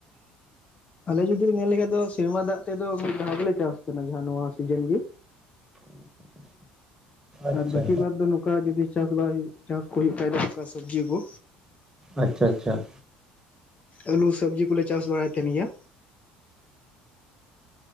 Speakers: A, on the left; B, on the right.
A: ᱟᱞᱮ ᱡᱩᱫᱤ ᱧᱮᱞ ᱞᱤᱠᱷᱟᱡ ᱫᱚ ᱥᱮᱨᱢᱟ ᱫᱟᱜ ᱛᱮᱫᱚ ‌ᱢᱤᱫ ᱫᱷᱟᱣ ᱜᱤᱞᱮ ᱪᱟᱥ ᱛᱮᱦᱮᱱᱟ ᱡᱟᱦᱟᱸ ᱱᱩᱶᱟ ᱥᱤᱡᱟᱹᱱ ᱜᱤ᱾
B: ᱟᱪᱪᱷᱟ
A: ᱟᱨ ᱵᱟᱹᱠᱤ ᱵᱟᱫᱽ ᱫᱚ ᱱᱩᱠᱟ ᱡᱩᱫᱤ ᱪᱟᱥ ᱵᱟᱭ ᱪᱟᱥ ᱠᱚ ᱦᱩᱭᱩᱜ ᱠᱷᱟᱡ ᱫᱚ ᱱᱚᱝᱠᱟ ᱥᱟᱹᱵᱽᱡᱤ ᱠᱩ᱾
B: ᱟᱪᱷᱟ ᱪᱟᱜ᱾
A: ᱟᱹᱞᱩ ᱥᱟᱹᱵᱽᱡᱤ ᱠᱚᱞᱮ ᱪᱟᱥ ᱵᱟᱲᱟᱭ ᱛᱮᱦᱮᱱ ᱜᱤᱭᱟ᱾